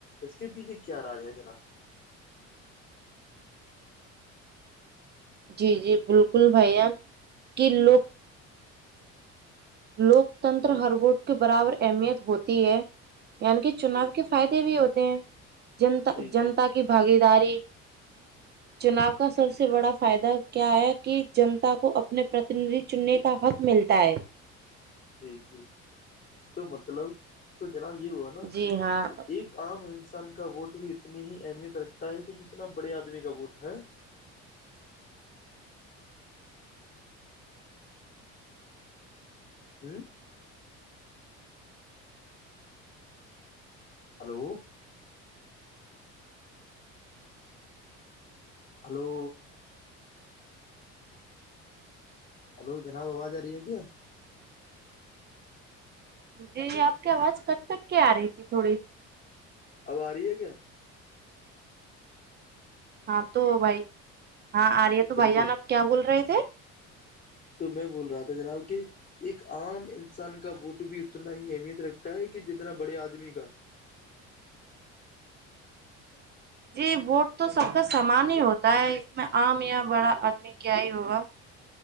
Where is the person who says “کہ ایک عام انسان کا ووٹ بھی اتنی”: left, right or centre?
Left